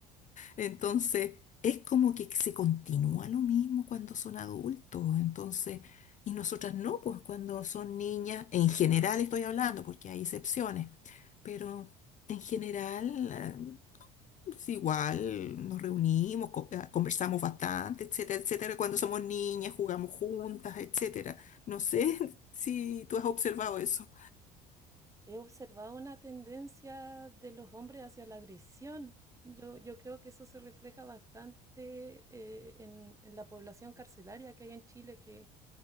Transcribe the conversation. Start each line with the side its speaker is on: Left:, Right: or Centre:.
Left: Entonces, es como que se continúa lo mismo cuando son adultos. Entonces, y nosotras no, pues cuando son niñas, en general estoy hablando, porque hay excepciones, pero en general, eh, es igual nos reunimos, co- eh, conversamos bastante, etcétera, etcétera. Cuando somos niñas, jugamos juntas, etcétera. No sé <laughs> si tú has observado eso.
Right: He observado una tendencia de los hombres hacia la agresión. Yo, yo creo que eso se refleja bastante eh, en, en la población carcelaria que hay en Chile, que